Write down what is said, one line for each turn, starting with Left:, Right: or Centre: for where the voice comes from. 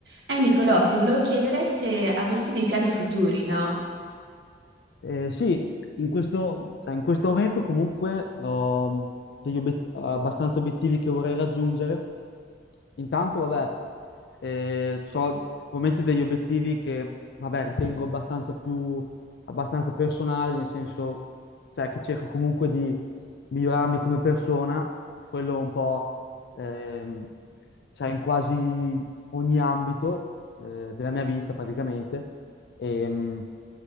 Right: Eh, Nicolò, ti volevo chiedere se avessi dei piani futuri, no?
Left: Eh, sì, in questo, cioè, in questo momento comunque ho degli obiet- abbastanza obiettivi che vorrei raggiungere, Intanto, vabbè, eh, ho ovviamente degli obiettivi che, vabbè, ritengo abbastanza più, abbastanza personali, nel senso, cioè, che cerco comunque di migliorarmi come persona, quello un po', ehm, sai, in quasi ogni ambito, eh, della mia vita praticamente. Ehm,